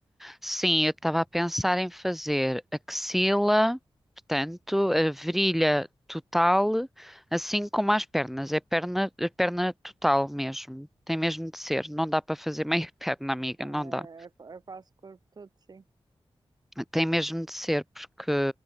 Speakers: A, in the centre; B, on the right.
A: sim, eu estava a pensar em fazer axila, portanto, a virilha total, assim como as pernas. É perna, é perna total mesmo. Tem mesmo de ser. Não dá para fazer meia <laughs> perna, amiga,
B: Sim,
A: não
B: é,
A: dá.
B: é é quase corpo todo, sim.
A: Tem mesmo de ser, porque